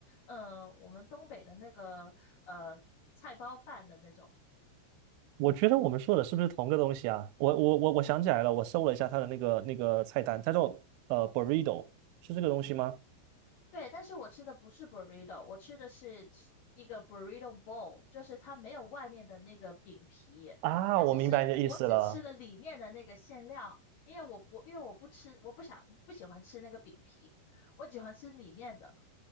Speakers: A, on the left; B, on the right.
A: 嗯，我们东北的那个呃菜包饭的那种。
B: 我觉得我们说的是不是同个东西啊？我我我我想起来了，我搜了一下它的那个那个菜单，它叫呃 burrito，是这个东西吗？
A: 对，但是我吃的不是 burrito，我吃的是一个 burrito bowl，就是它没有外面的那个饼皮，
B: 啊，
A: 它只是我只吃了里面的那个馅料，
B: 我明白你的意思了。
A: 因为我不因为我不吃，我不想不喜欢吃那个饼皮，我喜欢吃里面的。